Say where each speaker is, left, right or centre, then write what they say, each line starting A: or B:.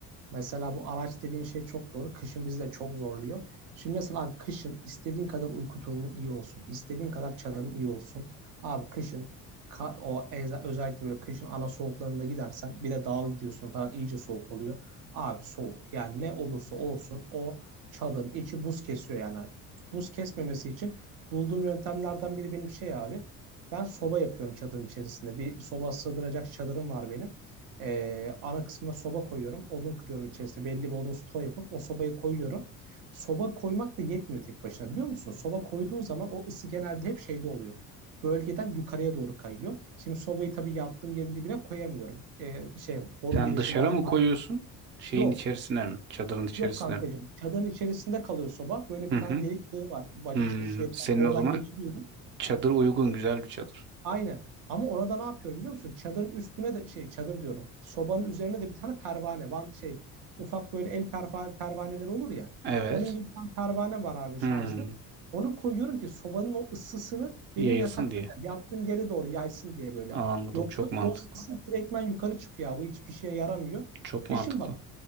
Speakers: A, on the right (about 75°); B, on the right (about 35°).
A: Mesela bu araç dediğin şey çok doğru. Kışın bizi de çok zorluyor. Şimdi mesela abi kışın istediğin kadar uyku tulumun iyi olsun. istediğin kadar çadırın iyi olsun. Abi kışın ka- o eza- özellikle böyle kışın ana soğuklarında gidersen bir de dağa gidiyorsun falan iyice soğuk oluyor. Abi soğuk. Yani ne olursa olsun o çadırın içi buz kesiyor yani. Buz kesmemesi için bulduğum yöntemlerden biri benim şey abi. Ben soba yapıyorum çadırın içerisinde. Bir soba sığdıracak çadırım var benim. Ee, ana kısmına soba koyuyorum. Odun kırıyorum içerisinde. Belli bir odun stoğu yapıp o sobayı koyuyorum. Soba koymak da yetmiyor tek başına biliyor musun? Soba koyduğun zaman o ısı genelde hep şeyde oluyor. Bölgeden yukarıya doğru kayıyor. Şimdi sobayı tabii yattığım yerin dibine koyamıyorum. Ee, şey boru
B: Sen
A: girişi
B: dışarı
A: biraz
B: mı koyuyorsun?
A: daha.
B: Şeyin
A: Yok.
B: içerisine mi? Çadırın içerisine
A: Yok kankacığım.
B: mi?
A: Çadırın içerisinde kalıyor soba. Böyle
B: Hı
A: bir tane
B: hı.
A: delik boru var. Baca
B: Hmm.
A: çıkış yeri
B: Senin
A: var. Oradan
B: o zaman
A: geçiriyorum.
B: çadır uygun, güzel bir çadır.
A: Aynen. Ama orada ne yapıyorum biliyor musun? Çadırın üstüne de şey çadır diyorum. Sobanın üzerine de bir tane pervane. Van şey ufak böyle el perva- pervaneleri olur ya.
B: Evet.
A: Onun gibi bir tane pervane var abi şarjlı.
B: Hmm.
A: Onu koyuyorum ki sobanın o ısısını benim
B: Yayılsın
A: yatakta
B: diye.
A: yattığım yere doğru yaysın diye böyle.
B: Anladım.
A: Yoksa
B: Çok mantıklı.
A: o ısı direktmen yukarı çıkıyor abi. Bu hiçbir şeye yaramıyor.
B: Çok
A: Kışın
B: mantıklı.
A: bak